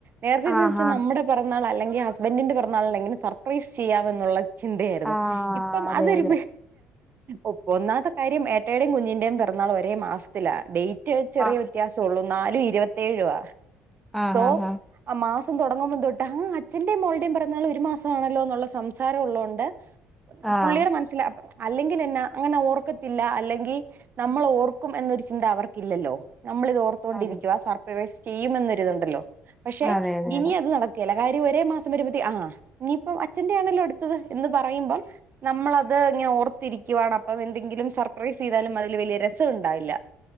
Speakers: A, on the right; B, in the centre.
A: നേരത്തെ
B: ആ
A: ചോദിചേ
B: ഹാ
A: നമ്മുടെ പെറന്നാള് അല്ലെങ്കിൽ ഹസ്ബന്റിന്റെ പേറന്നാളിന് എങ്ങനെ സർപ്രൈസ് ചെയ്യാം എന്നുള്ളത്. ചിന്തയായിരുന്നു.
B: ആ
A: ഇപ്പം
B: അതെ
A: അതൊരു
B: അതെ
A: ഒപ്പം ഒന്നാമത്തെ കാര്യം ഏട്ടയുടെയും കുഞ്ഞിന്റെയും പിറന്നാള് ഒരേ മാസത്തിലാ. ഡേറ്റ് ചെറിയ
B: ആഹ്
A: വ്യത്യാസള്ളൂ. നാലു ഇരുപത്തേഴു ആഹ്.
B: ആഹ്
A: സോ
B: ആഹ്
A: ആ മാസം തുടങ്ങുമ്പതൊട്ട് ആ അച്ഛന്റെയും മോളുടേയും പിറന്നാള് ഒരു മാസണല്ലോ എന്നുള്ള സംസാരം ഉള്ളത് കൊണ്ട്.
B: ആഹ്
A: പുള്ളിയുടെ മനസ്സില് അല്ലെങ്കിൽ എന്നാ അങ്ങനെ ഓർക്കത്തില്ല. അല്ലെങ്കിൽ നമ്മൾ ഓർക്കും എന്നൊരു ചിന്ത അവർക്കില്ലല്ലോ. നമ്മളിതോർ തോ ണ്ടിരിക്ക
B: അതെ
A: സർപ്രേസ് ചെയ്യും. എന്നൊരുതുണ്ടല്ലോ പക്ഷെ
B: അതെ അതെ
A: ഇനി അത് നട ക്കൂല. കാര്യം ഒരേ മാസം വരുമ്പതി ആഹ് ഇനിയിപ്പം അച്ഛന്റെ ആണല്ലോ എടുത്തത് എന്ന് പറയുമ്പം നമ്മളത് ഇനി ഓർത്തിരിക്കുവാണപ്പം എന്തെങ്കിലും സർപ്രൈസ് ചെയ്താലും അതില് വലിയ രസം ഉണ്ടാവില്ല.